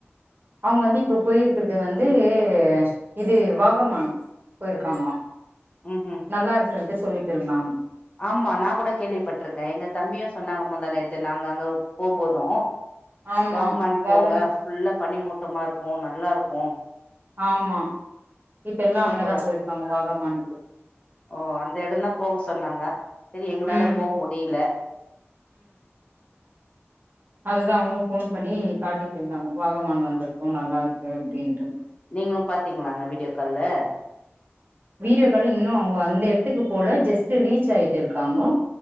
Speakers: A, on the right (about 45°); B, on the left (about 25°).
A: அவுங்க வந்து இப்போ போயிருக்கிறது வந்து து இது வாகமான் போயிருக்காங்களா
B: ம்ஹ்ம்.
A: நல்லா இருக்குன்ட்டு சொல்லிட்டு இருந்தாங்க
B: ஆமா நா கூட கேள்விப்பட்டிருக்கே எங்க தம்பியு சொன்னாங்க முந்தா நேத்து நாங்க அங்க போம் போது
A: ஆமா
B: வாங்க்மான்
A: வாகமான்
B: போங்க ஃபுல்ல பனி மூட்டமா இருக்கு நல்லா இருக்கு
A: ஆமா இப்ப எல்லா
B: சூப்பரா
A: அங்கதா
B: இருக்கும்."
A: போயிருக்காங்க வாக அமானுக்கு
B: ஓ அந்த இடம் தான் போக சொன்னாங்க செரி எங்களால
A: ம்
B: போக முடியல
A: அதுதான் அவங்களுக்கு போன் பண்ணி காட்டிட்டு இருந்தாங்க வாகமான் வந்திருக்கு நல்லா இருக்கு அப்டீ ன்ட்டு
B: நீங்களும் பாத்தீங்களாங்க வீடியோ கால்ல
A: வீடியோ கால் இன்னும் அவங்க அந்த எடத்துக்கு போல ஜஸ்ட் ரீச் ஆயிட்டு இருக்காங்க